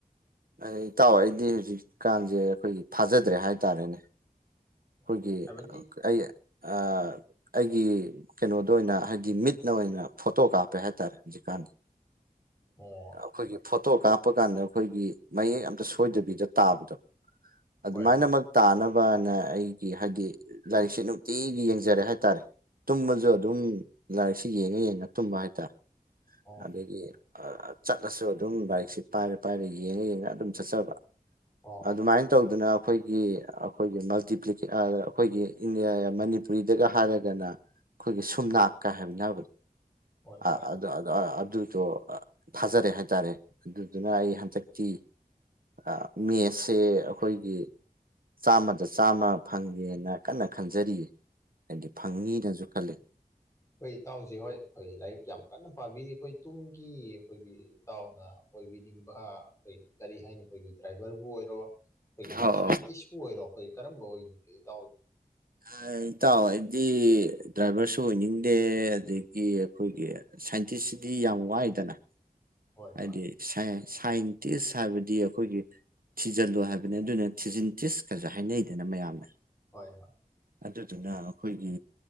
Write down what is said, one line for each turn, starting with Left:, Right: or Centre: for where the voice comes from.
Right: ꯑ ꯏꯇꯥꯎ ꯑꯩꯗꯤ ꯍꯨꯖꯤꯛꯀꯥꯟꯁꯦ ꯑꯈꯣꯏꯒꯤ ꯐꯥꯖꯗ꯭ꯔꯦ ꯍꯥꯏꯇꯥꯔꯦꯅꯦ ꯑꯩꯈꯣꯏꯒꯤ
Left: ꯑꯣ ꯍꯥꯏꯕꯗꯤ
Right: ꯑꯩ ꯑ ꯑꯩꯒꯤ ꯀꯩꯅꯣꯗ ꯑꯣꯏꯅ ꯍꯥꯏꯗꯤ ꯃꯤꯠꯅ ꯑꯣꯏꯅ ꯐꯣꯇꯣ ꯀꯥꯞꯄꯦ ꯍꯥꯏꯇꯥꯔꯦ ꯍꯨꯖꯤꯛꯀꯥꯟꯗꯤ
Left: ꯑꯣ
Right: ꯑꯈꯣꯏꯒꯤ ꯐꯣꯇꯣ ꯀꯥꯞꯄ ꯀꯥꯟꯗ ꯑꯈꯣꯏꯒꯤ ꯃꯌꯦꯛ ꯑꯝꯇ ꯁꯣꯏꯗꯕꯤꯗ ꯇꯥꯕꯗꯣ ꯑꯗꯨꯃꯥꯏꯅꯃꯛ
Left: ꯍꯣꯏ ꯍꯣꯏ
Right: ꯇꯥꯅꯕꯅ ꯑꯩꯒꯤ ꯍꯥꯏꯗꯤ ꯂꯥꯏꯔꯤꯛꯁꯦ ꯅꯨꯡꯇꯤꯒꯤ ꯌꯦꯡꯖꯔꯦ ꯍꯥꯏꯇꯥꯔꯦ ꯇꯨꯝꯕꯁꯨ ꯑꯗꯨꯝ ꯂꯥꯏꯔꯤꯛꯁꯤ ꯌꯦꯡꯉ ꯌꯦꯡꯉ ꯇꯨꯝꯕ ꯍꯥꯏꯇꯥꯔꯦ
Left: ꯑꯣ
Right: ꯑꯗꯒꯤ ꯐꯥ ꯆꯠꯂꯁꯨ ꯑꯗꯨꯝ ꯂꯥꯢꯛꯁꯦ ꯄꯥꯏꯔ ꯄꯥꯏꯔ ꯌꯦꯡꯉ ꯌꯦꯡꯉ ꯑꯗꯨꯝ ꯆꯠꯆꯕ
Left: ꯑꯣ
Right: ꯑꯗꯨꯃꯥꯏꯟ ꯇꯧꯗꯅ ꯑꯈꯣꯏꯒꯤ ꯑꯈꯣꯏꯒꯤ ꯃꯜꯇꯤꯄ꯭ꯂꯤꯀꯦ ꯑꯥ ꯑꯈꯣꯏꯒꯤ <unintelligible> ꯃꯅꯤꯄꯨꯔꯤꯗꯒ ꯍꯥꯏꯔꯒꯅ ꯑꯈꯣꯏꯒꯤ ꯁꯨꯝꯅꯥꯛꯀ ꯍꯥꯏꯅꯕ
Left: ꯍꯣꯏ
Right: ꯑ
Left: ꯍꯣꯏ
Right: ꯑ ꯑꯥ ꯑꯗꯨꯗꯣꯑꯥ ꯐꯥꯖꯔꯦ ꯍꯥꯏꯇꯥꯔꯦ ꯑꯗꯨꯗꯨꯅ ꯑꯩ ꯍꯟꯗꯛꯇꯤ ꯑꯥ ꯃꯦꯁꯁꯦ ꯑꯈꯣꯏꯒꯤ ꯆꯥꯝꯃꯗ ꯆꯥꯝꯃ ꯐꯪꯒꯦꯅ ꯀꯟꯅ ꯈꯟꯖꯔꯤꯌꯦ ꯍꯥꯏꯗꯤ ꯐꯪꯅꯤꯅꯁꯨ ꯈꯜꯂꯤ
Left: ꯑꯈꯣꯏ ꯏꯇꯥꯎꯁꯦ ꯍꯣꯏ ꯑꯈꯣꯏ ꯂꯥꯏꯔꯤꯛ ꯌꯥꯝ ꯀꯟꯅ ꯄꯥꯕꯤꯔꯤ ꯑꯈꯣꯏ ꯇꯨꯡꯒꯤ ꯑꯈꯣꯏꯒꯤ ꯏꯇꯥꯎꯅ ꯑꯣꯏꯕꯤꯅꯤꯡꯕ ꯑꯈꯣꯏꯒꯤ ꯀꯔꯤ ꯍꯥꯏꯅꯤ ꯑꯈꯣꯏꯒꯤ ꯗ꯭ꯔꯥꯏꯚꯔꯕꯨ ꯑꯣꯏꯔꯣ ꯑꯈꯣꯏꯒꯤ
Right: ꯑꯣ
Left: ꯁꯥꯏꯟꯇꯤꯁꯄꯨ ꯑꯣꯏꯔꯣ ꯑꯈꯣꯏ ꯀꯔꯝꯕ ꯑꯣꯏꯅꯤꯡꯢ ꯏꯇꯥꯎ
Right: ꯑꯥ ꯏꯇꯥꯎ ꯑꯩꯗꯤ ꯗ꯭ꯔꯥꯏꯚꯔꯁꯨ ꯑꯣꯏꯅꯤꯡꯗꯦ ꯑꯗꯒꯤ ꯑꯈꯣꯏꯒꯤ ꯁꯥꯏꯟꯇꯤꯁꯤꯗꯤ ꯌꯥꯝ ꯋꯥꯏꯗꯅ
Left: ꯍꯣꯏ
Right: ꯑꯩꯗꯤ
Left: ꯍꯣꯏ
Right: ꯁꯥꯏ ꯁꯥꯏꯟꯇꯤꯁ ꯍꯥꯏꯕꯗꯤ ꯑꯈꯣꯏꯒꯤ ꯊꯤꯖꯜꯂꯨ ꯍꯥꯏꯕꯅꯦ ꯑꯗꯨꯅ ꯊꯤꯖꯤꯟꯇꯤꯁ ꯀꯖꯨ ꯍꯥꯏꯅꯩꯗꯅ ꯃꯌꯥꯝꯅ
Left: ꯍꯣꯏ ꯍꯣꯏ
Right: ꯑꯗꯨꯗꯨꯅ ꯑꯈꯣꯏꯒꯤ